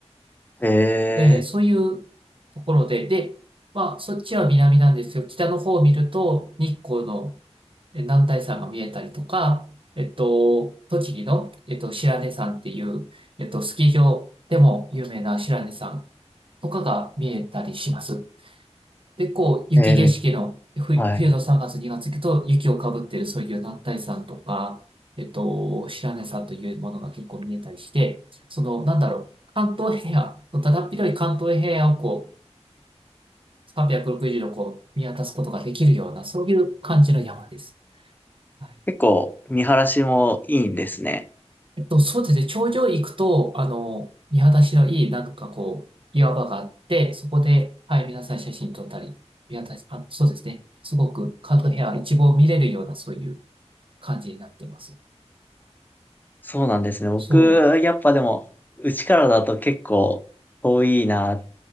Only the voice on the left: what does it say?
い。へ
え
ー。
えーめ
はい。
結構、見晴らしもいいんですね。
そうなんですね。僕、
やっぱでも、うちからだと結構遠いなっ